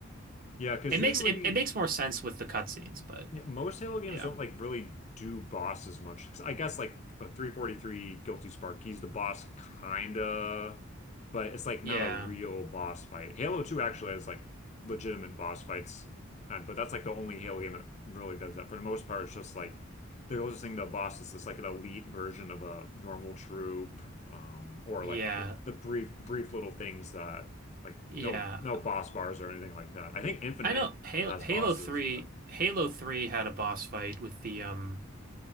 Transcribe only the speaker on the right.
It
makes it, it makes more sense with the cutscenes, but
yeah.
Yeah.
Yeah.
Yeah.
I know Halo
Halo
3
Halo 3 had a boss fight with the um